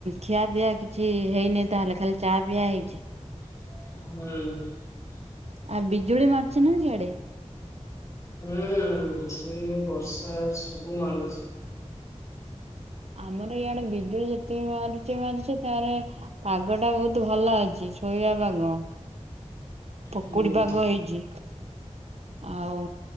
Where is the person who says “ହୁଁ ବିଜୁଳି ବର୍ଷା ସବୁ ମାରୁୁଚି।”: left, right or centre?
Left